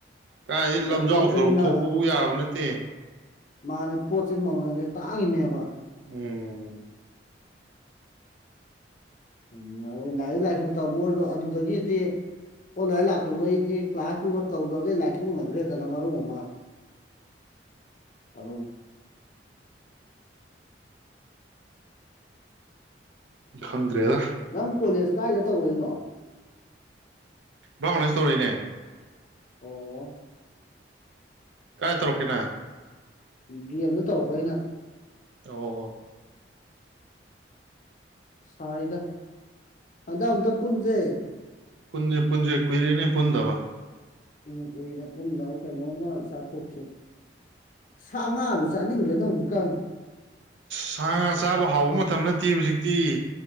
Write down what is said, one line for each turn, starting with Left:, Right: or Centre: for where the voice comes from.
Right: ꯀꯥꯏꯗꯤ ꯂꯝꯖꯥꯎ
Left: ꯄꯣꯠ
Right: ꯁꯣꯔꯣꯛ
Left: ꯆꯩꯩꯅ
Right: ꯊꯣꯛꯄꯕꯨ ꯌꯥꯕ ꯅꯠꯇꯦ
Left: ꯃꯥꯅꯦ ꯄꯣꯠꯁꯦ ꯃꯃꯟꯅꯁꯦ ꯇꯥꯡꯉꯤꯅꯦꯕ
Right: ꯎꯝ
Left: ꯎꯝ ꯑꯗꯨ ꯂꯥꯏꯔꯤꯛ ꯂꯥꯏꯁꯨ ꯇꯝꯃ ꯑꯣꯏꯔꯗꯣ ꯑꯗꯨꯗꯒꯤꯗꯤ ꯑꯣꯟꯂꯥꯏꯟ ꯂꯥꯛꯈꯤꯕꯕꯩꯗꯤ ꯀ꯭ꯂꯥꯁꯇꯨꯃ ꯇꯧꯗꯅꯕꯩ ꯂꯥꯏꯊꯣꯛꯅꯈ꯭ꯔꯦꯗꯅ ꯃꯔꯨꯞ ꯑꯃ ꯑ
Right: ꯈꯪꯗ꯭ꯔꯦꯗ
Left: ꯅꯪ ꯀꯣꯂꯦꯖ ꯀꯥꯏꯗ ꯇꯧꯔꯏꯅꯣ
Right: ꯕꯪꯒꯥꯗꯦꯁ ꯇꯧꯔꯤꯅꯦ
Left: ꯑꯣ
Right: ꯀꯥꯏ ꯇꯔꯣ ꯀꯅꯥ
Left: ꯚ ꯑꯦꯝꯗ ꯇꯧꯔꯛꯄ ꯑꯩꯅ
Right: ꯑꯣ
Left: ꯁꯥꯏꯗ ꯑꯗ ꯑꯝꯛꯇ ꯄꯨꯟꯁꯦ
Right: ꯄꯨꯟꯖꯦ ꯄꯨꯟꯖꯦ ꯀꯨꯏꯔꯅꯦ ꯄꯨꯟꯗꯕ
Left: ꯎꯝ ꯀꯨꯏꯔꯦ ꯄꯨꯡꯗ ꯀꯩꯅꯣꯝꯃ ꯆꯥꯊꯣꯛꯁ ꯁꯥ ꯉꯥꯗꯨ ꯆꯥꯅꯤꯡꯗ꯭ꯔꯦꯅ ꯍꯧꯖꯤꯛꯀꯥꯟ
Right: ꯁꯥ ꯉꯥ ꯆꯥꯕ ꯍꯥꯎꯕ ꯃꯇꯝ ꯅꯠꯇꯦ ꯍꯧꯖꯤꯛꯇꯤ